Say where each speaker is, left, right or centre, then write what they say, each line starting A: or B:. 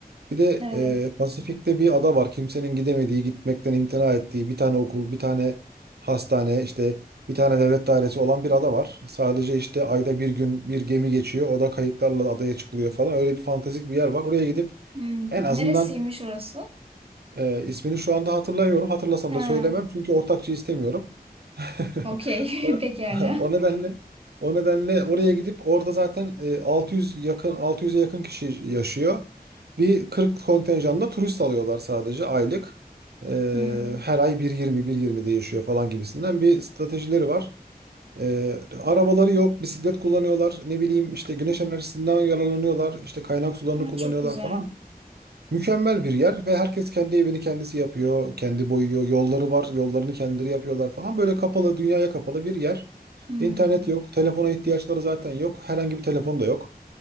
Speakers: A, on the right (about 80°); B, on the right (about 35°).
A: Bir de
B: Evet.
A: e, Pasifik'te bir ada var. Kimsenin gidemediği, gitmekten imtina ettiği bir tane okul, bir tane hastane, işte bir tane devlet dairesi olan bir ada var. Sadece işte ayda bir gün bir gemi geçiyor. O da kayıklarla adaya çıkılıyor falan. Öyle bir fantastik bir yer var. Oraya gidip
B: Hmm.
A: en azından
B: Neresiymiş orası?
A: ee, ismini şu anda hatırlamıyorum. Hatırlasam
B: Ha.
A: da söylemem çünkü ortakçı istemiyorum. <laughs>
B: Okey.
A: O,
B: <laughs> Pekala.
A: o nedenle o nedenle oraya gidip orada zaten e, 600 yakın 600'e yakın kişi yaşıyor. Bir 40 kontenjanla turist alıyorlar sadece aylık. Ee,
B: Hmm.
A: her ay bir yirmi bir 1.20 değişiyor falan gibisinden bir stratejileri var. Ee, arabaları yok, bisiklet kullanıyorlar. Ne bileyim işte güneş enerjisinden yararlanıyorlar. işte kaynak sularını
B: Aa,
A: kullanıyorlar
B: çok güzel.
A: falan. Mükemmel bir yer ve herkes kendi evini kendisi yapıyor, kendi boyuyor, yolları var, yollarını kendileri yapıyorlar falan. Böyle kapalı, dünyaya kapalı bir yer.
B: Hmm.
A: İnternet yok, telefona ihtiyaçları zaten yok, herhangi bir telefon da yok.